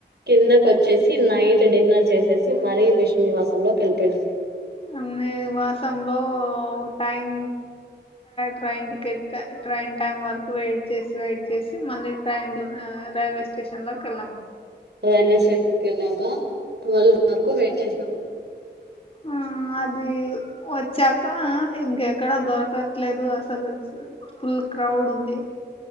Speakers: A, on the right; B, on the left.
A: కిందక వచ్చేసి లైట్ డిన్నర్ చేసేసి మరీ విష్ణు నివాసంలోకి వెళ్ళిపోయినాం
B: అన్నే వసంలో time train ticket train time వరకు వెయిట్ చేసి వెయిట్ చేసి మళ్ళీ ట్రైన్ లో ఆ రైల్వే స్టేషన్ లోక్కలం
A: రైల్వేస్టేషన్ కె వెళ్ళాక టువెల్వ్ వరకు వెయిట్ చేసి
B: ఆ అది వ చక్క ఇంకెక్కడా దొరకట్లేదు అసలు ఫుల్ క్రౌడ్ ఉంది